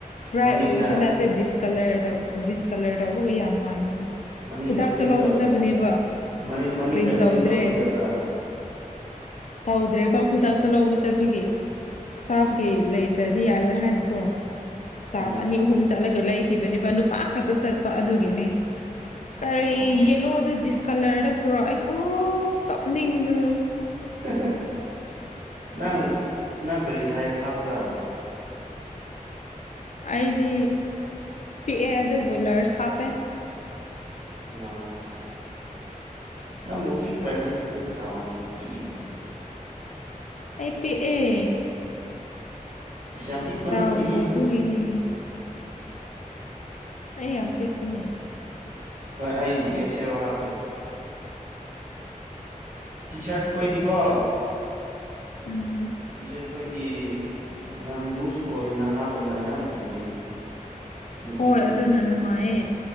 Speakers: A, on the left (about 60°); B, on the right (about 75°).
A: ꯕ꯭ꯔꯥꯏꯠ
B: ꯃꯅꯤꯡꯗ
A: ꯑꯣꯏꯕꯁꯨ ꯅꯠꯇꯦ ꯗꯤꯁ ꯀꯂꯔꯇꯣ ꯗꯤꯁꯀꯂꯔ ꯇꯧꯕꯒ ꯌꯥꯝ ꯃꯥꯟꯕꯅꯦ
B: ꯃꯅꯤꯡꯗ
A: ꯈꯨꯗꯥꯛꯇ
B: ꯄ꯭ꯔꯤꯟ
A: ꯂꯧꯕ
B: ꯇꯧꯗꯤ
A: ꯆꯠꯄꯅꯦꯕ
B: ꯃꯅꯤꯡ ꯃꯅꯤꯡꯗ
A: ꯄ꯭ꯔꯤꯟ ꯇꯧꯗ꯭ꯔꯦꯁ
B: ꯇꯧꯕꯤꯗꯕ꯭ꯔꯥ
A: ꯇꯧꯗ꯭ꯔꯦꯕ ꯈꯨꯗꯛꯇ ꯂꯧꯕ ꯆꯠꯄꯒꯤ ꯏꯁꯇꯥꯐꯒꯤ ꯂꯩꯗ꯭ꯔꯗꯤ ꯌꯥꯔꯣꯏ ꯍꯥꯏꯅꯀꯣ ꯏꯁꯇꯥꯐ
B: ꯎꯝ
A: ꯑꯅꯤ ꯑꯍꯨꯝ ꯆꯠꯂꯒ ꯂꯩ ꯈꯤꯕꯅꯦꯕ ꯅꯨꯄꯥ ꯈꯛꯇ ꯆꯠꯄ ꯑꯗꯨꯒꯤꯅꯤ ꯀꯔꯤ
B: ꯑꯣ
A: ꯌꯦꯂꯣꯗ ꯗꯤꯁ ꯀꯂꯔꯗꯣ ꯄꯨꯔꯛꯑꯦ ꯑꯣ ꯀꯞꯅꯤꯡꯕꯗꯣ
B: ꯍꯥꯍꯥ ꯅꯪ ꯅꯪ ꯀꯔꯤ ꯁꯥꯏꯖ ꯍꯥꯞꯄ꯭ꯔꯥ
A: ꯑꯩꯗꯤ ꯄꯤꯛꯑꯦ ꯑꯗꯨꯕꯨ ꯂꯥꯔ꯭ꯁ ꯍꯥꯞꯄꯦ
B: ꯂꯥꯔꯛꯁ ꯅꯪꯕꯨ ꯄꯤꯛꯄ꯭ꯔꯅꯦ ꯑꯗꯨꯛ ꯆꯥꯎꯔꯕꯨ ꯄꯤꯛꯏ ꯍꯥꯏ
A: ꯑꯩꯥ ꯄꯤꯛꯑꯦ
B: ꯑꯁ ꯌꯥꯝ ꯄꯤꯛꯄ
A: ꯆꯥꯎꯅ
B: ꯅꯠꯇꯦꯍꯦ
A: ꯎꯕꯤꯒꯤꯅꯤ
B: ꯅꯪꯁꯨ
A: ꯑꯩ ꯌꯥꯝ ꯄꯤꯛꯄꯅꯦ
B: ꯍꯣꯏ ꯑꯩꯗꯤ ꯑꯦꯛꯁꯦꯜ ꯍꯥꯞꯄꯦ ꯇꯤ ꯁꯥꯥꯔꯠ ꯈꯣꯏꯗꯤꯀꯣ
A: ꯎꯝ
B: ꯇꯤ ꯁꯥꯔꯠ ꯈꯣꯏꯗꯤ ꯌꯥꯝ ꯂꯨꯖ ꯑꯣꯏꯅ ꯍꯥꯞꯄꯅ ꯌꯥꯝ ꯐꯩꯌꯦ ꯅꯨꯄꯤꯈꯣꯏꯗꯤ
A: ꯍꯣꯏ ꯑꯗꯨꯅ ꯅꯨꯡꯉꯥꯏꯌꯦ